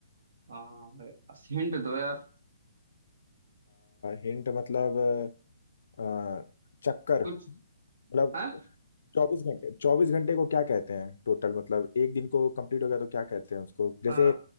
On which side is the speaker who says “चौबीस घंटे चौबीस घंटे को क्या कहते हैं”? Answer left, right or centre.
Left